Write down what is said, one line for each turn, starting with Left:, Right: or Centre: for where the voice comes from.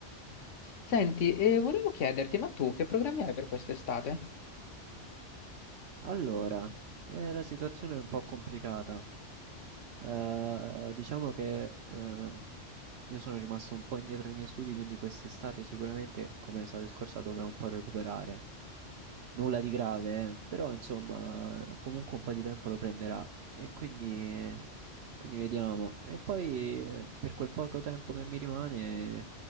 Left: Senti, e volevo chiederti, ma tu che programmi hai per quest'estate?
Right: Allora, eh, la situazione è un po' complicata. Eh, diciamo che eh, io sono rimasto un po' indietro nei miei studi, quindi quest'estate sicuramente, come l'estate scorsa, dovrò un po' recuperare. Nulla di grave, eh, Però insomma, comunque un po' di tempo lo prenderà e quindi, quindi vediamo. E poi eh, per quel poco tempo che mi rimane,